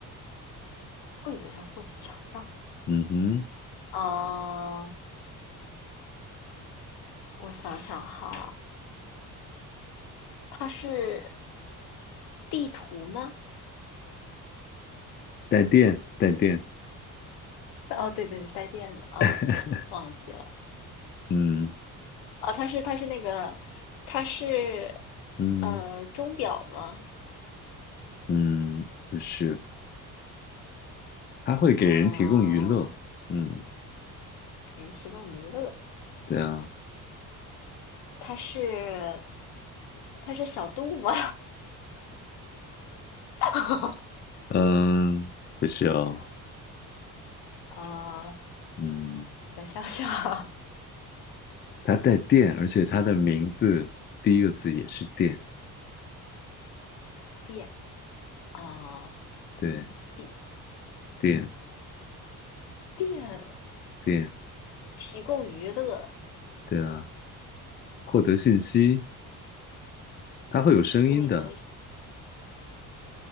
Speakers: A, on the left; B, on the left.
A: 柜子上或者墙上。
B: 嗯哼，
A: 呃，我想想哈，它是地图吗？
B: 带电带电。
A: 哦，对对对，带电的啊，
B: <laughs>
A: 忘记了
B: 嗯
A: 啊，它是它是那个，它是
B: 嗯
A: 呃钟表吗？
B: 嗯，不是，它会给人提供娱乐。
A: 啊，
B: 嗯，
A: 给人提供娱乐，
B: 对啊。
A: 它是它是小度吗？<laughs>
B: 嗯，不是哦，
A: 啊，
B: 嗯，
A: 我再想想啊，
B: 它带电，
A: 给人提供娱乐
B: 而且它的名字第一个字也是电，
A: 电啊，
B: 对，
A: 电
B: 电
A: 电
B: 电，
A: 提供娱乐，
B: 对啊，获得信息，它会有声音的，
A: 获得